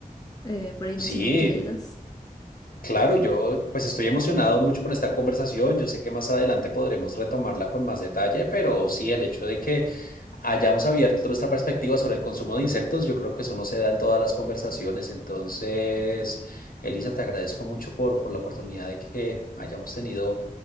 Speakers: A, on the left; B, on the left.
A: eh, por ahí mencioné
B: Sí,
A: ayudas.
B: Claro, yo pues estoy emocionado mucho con esta conversación. Yo sé que más adelante podremos retomarla con más detalle, pero sí, el hecho de que hayamos abierto nuestra perspectiva sobre el consumo de insectos, yo creo que eso no se da en todas las conversaciones. Entonces, Elisa, te agradezco mucho por, por la oportunidad de que hayamos tenido